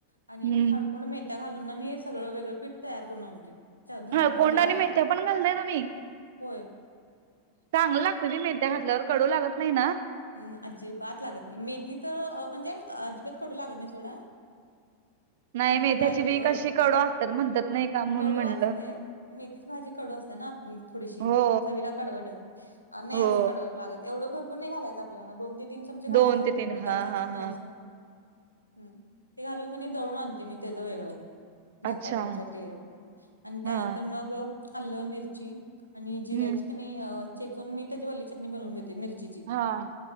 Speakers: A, on the left (about 90°); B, on the right (about 55°).
A: आणि
B: हम्म
A: हळकुंड मेथ्या घालून ना मी हे वेगळे पीठ तयार करून आणतोय. ह्याच्यासाठी
B: हळकुंड आणि मेथ्या पण घालताय तुम्ही?
A: होय.
B: चांगलं लागतं ते मेथ्या घातल्यावर? कडू लागत नाही ना?
A: अम्म अजिबात लागत नाही मेथी तर अ म्हणजे अजिबात कडू लागत नाही सोडा.
B: नाही
A: म्हणजे
B: मेथ्याची
A: बारीक
B: बी
A: अ,
B: कशी कडू असत्यात म्हणत्यात नाही का? म्हणून
A: कडू
B: म्हणलं.
A: असते मेथीची भाजी कडू असते ना आपली थोडीशी,
B: हो
A: चवीला कडवड नाही
B: हो
A: असं कडवड लागत. एवढं भरपूर नाही घालायचं आपल्याला, दोन ते तीन चमचे घालायचे
B: दोन ते
A: फक्त
B: तीन
A: दुधाच्या
B: हा हा
A: <unintelligible>
B: हा
A: हम्म, ते घालून क नाही दळून आणते मी त्याचं वेगळं. धपाट्यांसाठी
B: अच्छा
A: आणि त्यानंतर
B: हा
A: मग आलं, मिरची आणि जिर्‍याची
B: हम्म
A: क नाई अ चेचून मी त्याची वल्ली चटणी बनवून घेते मिरचीची.
B: हां.